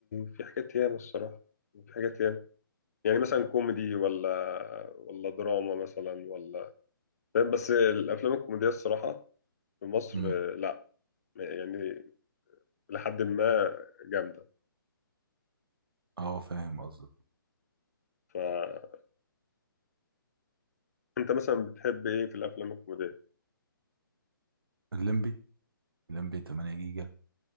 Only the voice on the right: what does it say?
امم
اه فاهم قصدك
الليمبي الليمبي 8 جيجا